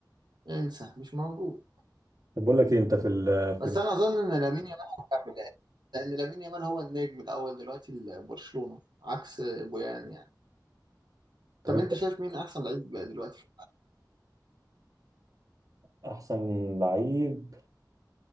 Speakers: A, on the right; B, on the right.
A: انسى مش موجود
B: طب بقول لك ايه انت في ال
A: بس
B: في ال
A: أنا أظن إن لامين يامال هيكمل لأن لأن لامين يامال هو النجم الأول دلوقتي لبرشلونة عكس بويان يعني
B: طب
A: طب
B: انت
A: انت شايف مين احسن لعيب بقى دلوقتي
B: احسن لعيب